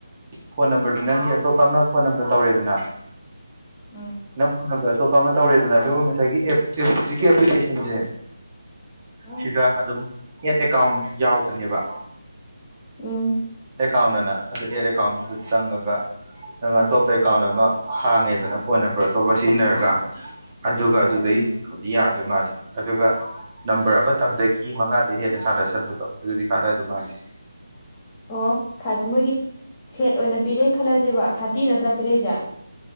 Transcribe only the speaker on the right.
ꯐꯣꯟ ꯅꯝꯕꯔꯗꯨ ꯅꯪꯒꯤ ꯑꯇꯣꯞꯄ ꯑꯃꯥ ꯐꯣꯟ ꯅꯝꯕꯔ ꯇꯧꯔꯦꯗꯅ꯫
ꯅꯪ ꯐꯣꯟ ꯅꯝꯕ꯭ꯔ ꯑꯇꯣꯞꯄ ꯑꯃ ꯇꯧꯔꯦꯗꯅ ꯑꯗꯨꯒ ꯉꯁꯥꯏꯒꯤ ꯑꯦꯞ ꯑꯦꯞ ꯍꯧꯖꯤꯛꯀꯤ ꯑꯦꯄ꯭ꯂꯤꯀꯦꯁꯟꯁꯦ ꯫
ꯁꯤꯗ ꯑꯗꯨꯝ ꯑꯦꯠ ꯑꯦꯀꯥꯎꯟ ꯌꯥꯎꯕꯅꯦꯕ꯫
ꯑꯦꯀꯥꯎꯟꯅ ꯑꯗꯨ ꯑꯦꯠ ꯑꯦꯀꯥꯎꯟꯗꯨꯗ ꯆꯪꯉꯒ ꯅꯪ ꯑꯇꯣꯞꯄ ꯑꯦꯀꯥꯎꯟ ꯑꯃꯥ ꯍꯥꯡꯉꯦꯗꯅ ꯐꯣꯟ ꯅꯝꯕꯔ ꯑꯇꯣꯞꯄ ꯁꯤꯖꯤꯟꯅꯔꯒ ꯫ ꯑꯗꯨꯒ ꯑꯗꯨꯗꯩꯪ
ꯌꯥꯗꯣꯏ ꯃꯥꯜꯂꯦ ꯑꯗꯨꯒ ꯅꯝꯕꯔ ꯑꯃꯥ ꯇꯥꯡꯗꯒꯤ ꯃꯉꯥꯗꯩ ꯍꯦꯟꯅ ꯁꯥꯟꯅꯁꯟꯕꯗꯣ ꯑꯗꯨꯗꯤ ꯀꯥꯟꯅꯗꯧ ꯃꯥꯟꯗꯦ